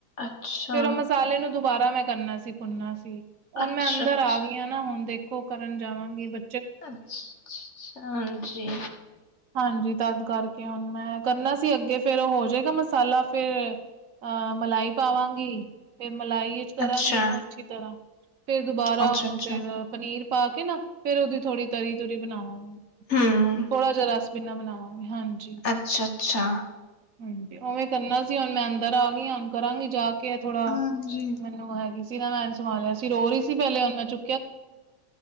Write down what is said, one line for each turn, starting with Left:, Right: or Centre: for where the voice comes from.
Left: ਅੱਛਾ
Right: ਫਿਰ ਉਹ ਮਸਾਲੇ ਨੂੰ, ਦੁਬਾਰਾ ਮੈਂ ਕਰਨਾ ਸੀ। ਭੁੰਨਨਾ ਸੀ, ਹੁਣ
Left: ਅੱਛਾ-ਅੱਛਾ।
Right: ਮੈਂ ਅੰਦਰ ਆ ਗਈ ਆ ਨਾ। ਨਾ ਹੁਣ, ਦੇਖੋ ਕਰਨ ਜਾਵਾਂਗੇ ਬ
Left: ਅੱਛਾ, ਹਾਂਜੀ।
Right: ਹਾਂਜੀ, ਤਦ ਕਰਕੇ ਹੁਣ ਮੈਂ ਕਰਨਾ ਸੀ, ਅੱਗੇ ਫੇਿਰ ਉਹ ਹੋ ਜਾਏਗਾ ਮਸਾਲਾ ਫਿਰ ਅਹ, ਮਲਾਈ ਪਾਵਾਂਗੀ ਫੇਰ, ਮਲਾਈ ਕਰਾਂਗੀ
Left: ਅੱਛਾ।
Right: ਉਹਨੂੰ ਅੱਛੀ ਤਰ੍ਹਾਂ ਫੇਰ, ਦੁਬਾਰਾ
Left: ਅੱਛਾ-ਅੱਛਾ
Right: ਉਹਨੂੰ ਫੇਰ ਪਨੀਰ ਪਾ ਕੇ ਨਾ ਫੇਰ, ਉਹਦੀ ਥੋੜ੍ਹੀ ਤਰੀ ਤਰੀ ਬਣਾਵਾਂ ‌
Left: ਹਮ
Right: ਥੋੜਾ ਜਿਹਾ, ਰਸ ਵੀਨਾ ਬਣਾਵਾਂਗੇ ਹਾਂਜੀ।
Left: ਅੱਛਾ- ਅੱਛਾ।
Right: ਹਾਂਜੀ, ਉਵੇਂ ਕਰਨਾ ਸੀ, ਹੁਣ ਮੈਂ ਅੰਦਰ ਆ ਗਈ ਹੁਣ, ਕਰਾਂਗੀ ਜਾ ਕੇ ਥੋੜਾ
Left: ਹਾਂਜੀ।
Right: ਹੈਗੀ ਸੀ ਨਾ, ਮੈਂ ਸੰਭਾਲਿਆ ਸੀ, ਰੋ ਰਹੀ ਸੀ ਪਹਿਲੇ ਉਹਨ ਮੈਂ ਚੁ